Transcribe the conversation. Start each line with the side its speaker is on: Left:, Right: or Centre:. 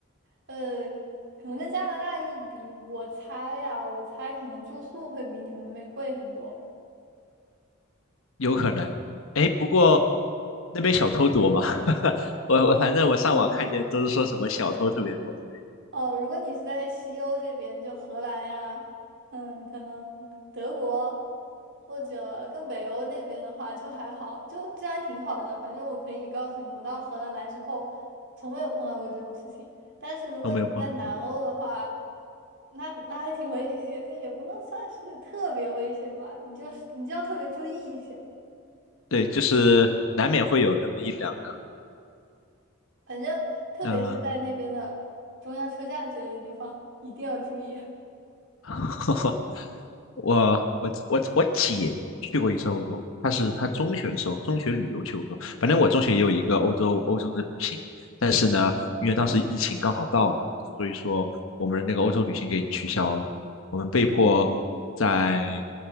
Right: 呃，可能跟加拿大一比，我猜呀、我猜可能住宿会比你们那边贵很多。
Left: 有可能。哎，不过那边小偷多吗？<laughs> 我我反正我上网看见都是说什么小偷特别多之类的，
Right: 嗯。哦，如果你是在西欧这边，就荷兰呀，嗯，可能德国或者更北欧那边的话，就还好，就治安挺好的。反正我可以告诉你，我到荷兰来之后，从没有碰到过这种事情。但是如果你是在南欧的话，
Left: 都没有碰到过。
Right: 那那还挺危，也也不能算是特别危险吧，你就是你就要特别注意一些。
Left: 对，就是难免会有那么一两个。
Right: 反正特别是在那边的中央车站之类的地方，
Left: 那、
Right: 一定要注意。
Left: <laughs> 我我我我姐去过一次欧洲，她是她中学的时候，中学旅游去欧洲。反正我中学也有一个欧洲欧洲的旅行，但是呢，因为当时疫情刚好到了，
Right: 嗯
Left: 所以说我们的那个欧洲旅行给取消了，我们被迫在，
Right: 嗯